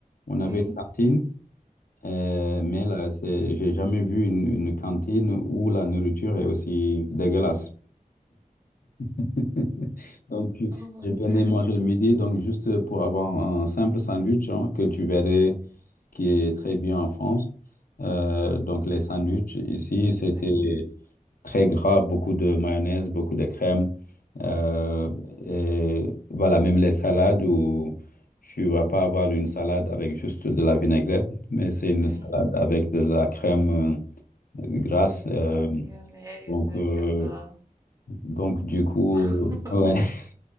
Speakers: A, on the left; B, on the right.
A: on avait
B: oui.
A: une cantine. Euh, mais là, c'est, j'ai jamais vu une, une cantine où la nourriture est aussi dégueulasse. <laughs> Donc, tu-
B: Oh mon
A: je venais
B: Dieu.
A: manger le midi, donc juste pour avoir un simple sandwich hein, que tu verrais qui est très bien en France. Euh, donc, les sandwichs ici, c'était
B: Oui,
A: très gras, beaucoup de mayonnaise, beaucoup de crème. Euh, et voilà, même les salades où tu vas pas avoir une salade avec juste de la vinaigrette, mais c'est une
B: oui.
A: salade avec de la crème euh, grasse. euh,
B: La mayonnaise
A: donc,
B: et
A: euh,
B: tout ça.
A: donc, du coup,
B: <laughs>
A: ouais, <laughs>